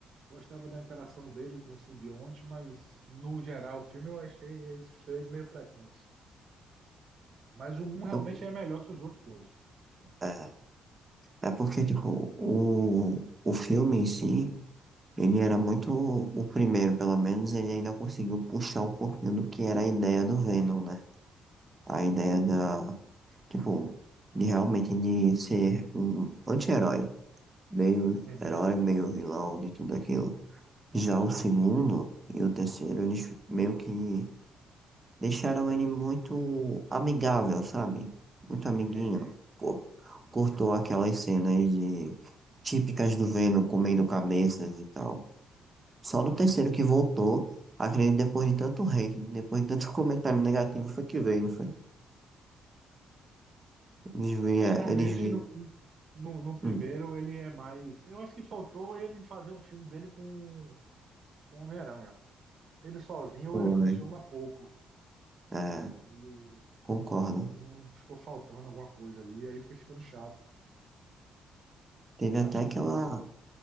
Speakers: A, on the right; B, on the right.
A: gostava da interação dele com o simbionte, mas no geral o filme eu achei esses três meio fraquinhos. Mas o 1 realmente
B: Eu-
A: é melhor que os outros dois.
B: é, é porque, tipo, o, o filme em si, ele era muito. O primeiro, pelo menos, ele ainda conseguiu puxar um pouquinho do que era a ideia do Venom, né? a ideia da, tipo, de realmente de ser um anti-herói, meio
A: Uhum,
B: herói, meio vilão, de tudo aquilo. Já o segundo e o terceiro, eles meio que deixaram ele muito amigável, sabe? Muito amiguinho.
A: uhum.
B: Cor- Cortou aquelas cenas de típicas do Venom comendo cabeças e tal. Só no terceiro que voltou, acredito que depois de tanto hate, depois de tanto <laughs> comentário negativo, foi que veio, não foi? Eles vieram,
A: É, realmente
B: eles vieram.
A: no, no, no primeiro
B: hum.
A: ele é mais. Eu acho que faltou ele fazer um filme dele com com o Homem-Aranha. Ele sozinho
B: Foi,
A: ele funciona pouco.
B: é,
A: Ele,
B: concordo.
A: ele sozinho ficou faltando alguma coisa ali, aí foi ficando chato.
B: Teve
A: Eu
B: até
A: acho
B: aquela,
A: que foi isso, né?